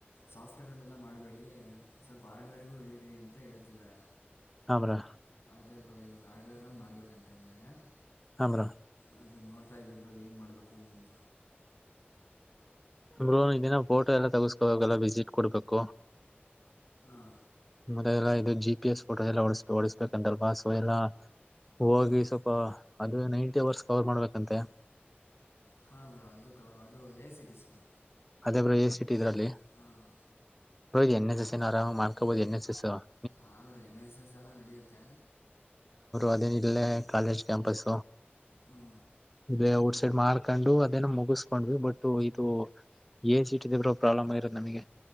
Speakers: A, on the left; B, in the centre.
A: ಸಾಫ್ಟ್ವೇರ್ ಅಲ್ಲ ಎಲ್ಲ ಮಾಡ್ಬೇ ಸ್ವಲ್ಪ ಹಾರ್ಡ್ ವೇರ್ಗೂ ಇಳಿರಿ ಅಂತ ಹೇಳ್ತಿದ್ದಾರೆ.
B: ಹಾ, ಬ್ರೋ
A: ಅದೇ ಬ್ರೋ ಇವಾಗ ಹಾರ್ಡ್ವೇರಲ್ಲಿ ಮಾಡ್ಬೇಕಂತ ಇನ್ಮೇಲೆ. -
B: ಹಾ, ಬ್ರೋ
A: ಅದೇ ನೋಡ್ತಾಯ ಇದೀಬ್ರೋಏನು ಮಾಡಬೇಕು ಅಂತ
B: ಬ್ರೋ, ನ್ ಇದಿನ ಫೋಟೋ ಎಲ್ಲ ತಗಸ್ಕೋಬೇಕಲ್ಲ ವಿಸಿಟ್ ಕೊಡ್ಬೇಕು. -
A: ಹಾಂ
B: ಮತ್ತೆ ಎಲ್ಲಾ ಇದು ಜಿ, ಪಿ, ಎಸ್ ಫೋಟೋ ಎಲ್ಲ ಓಡ ಓಡಿಸಬೇಕ ಅಂತಲ್ವಾ ಸೊ <unintelligible> ಎಲ್ಲಾ ಹೋಗಿ
A: ಹಾಂ
B: ಸ್ವಲ್ಪ ಅದು ನೈಂಟಿ ಅವರ್ಸ್ ಕವರ್ ಮಾಡ್ಬೇಕಂತೆ.
A: ಹಾ, ಬ್ರೋ ಅದು- ಅದು ಎ ಸಿಟಿಸಸ್ ಬ್ರೋ
B: ಅದೇ ಬ್ರೋ ಎ ಸಿಟಿ ಇದ್ರಲ್ಲಿ
A: ಹಾಂ
B: ಬ್ರೋ, ಎನ್, ಎಸ್ ಸ್ಆರಾಮ್ ಮಾಡ್ಕಬೋದು <unintelligible>
A: ಹಾ, ಬ್ರೋ ಎನ್, ಎಸ್, ಎಸ್ ಎಲ್ಲ ನಡೆಯುತ್ತೆ.
B: ಅದೇ ಇಲ್ಲೇ ಕಾಲೇಜ್ ಕ್ಯಾಂಪಸ್
A: ಹ್ಞೂ
B: ಡ್ ಮಾಡ್ಕೊಂಡು ಅದೇನು ಮುಗಿಸಕೊಂಡ್ವಿ ಬಟ್ ಇದು ಎ ಸಿ ಇಟ್ ಇದೀರೋ ಪ್ರಾಬ್ಲ್ ಆಗಿರೋದನಮಗೆ.